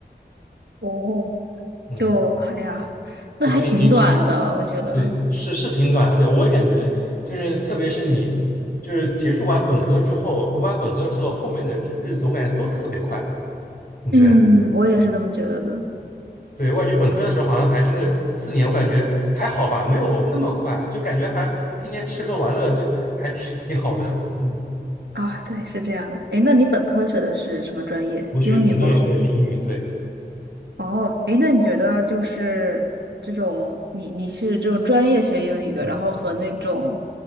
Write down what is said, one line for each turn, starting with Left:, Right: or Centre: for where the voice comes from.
Right: 哦，
Left: 嗯，
Right: 就哎呀，那还挺短的，
Left: 就可以你
Right: 我觉得。
Left: 对是是挺短啊。对我也感觉就是特别是你就是结束完本科之后，读完本科之后，后面的日日子我感觉都特别快，你觉得？
Right: 嗯，我也是这么觉得的。
Left: 对，我感觉本科的时候好像还真的四年，我感觉还好吧，没有那么快，就感觉还天天吃喝玩乐，就还挺 <laughs> 挺好的。嗯，
Right: 啊，对，是这样的。哎，那你本科学的是什么专业？
Left: 我学本科也学的是英语，
Right: 英语吗？
Left: 对，
Right: 哦，哎，那你觉得就是这种你你是这种专业学英语的，
Left: 嗯
Right: 然后和那种